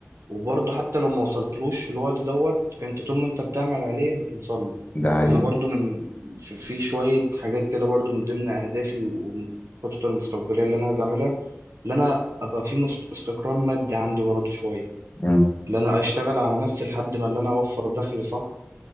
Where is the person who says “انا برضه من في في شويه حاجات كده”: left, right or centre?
Right